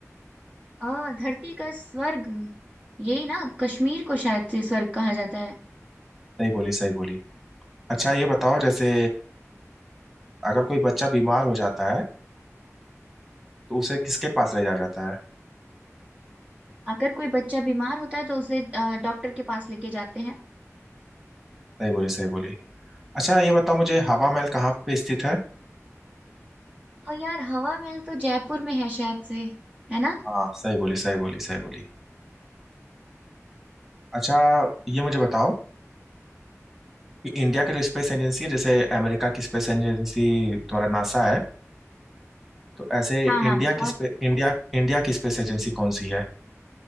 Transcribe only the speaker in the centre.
सही बोली सही बोली अच्छा ये बताओ जैसे अगर कोई बच्चा बीमार हो जाता है तो उसे किसके पास ले जाया जाता है
सही बोली सही बोली अच्छा ये बताओ मुझे हवा महल कहाँ पे स्थित है
हाँ सही बोली सही बोली सही बोली अच्छा ये मुझे बताओ कि इंडिया की जो स्पेस एजेंसी है जैसे अमेरिका की स्पेस एजेंसी तुम्हारा नासा है तो ऐसे
इंडिया
की स्पे, इंडिया इंडिया की स्पेस एजेंसी कौन सी है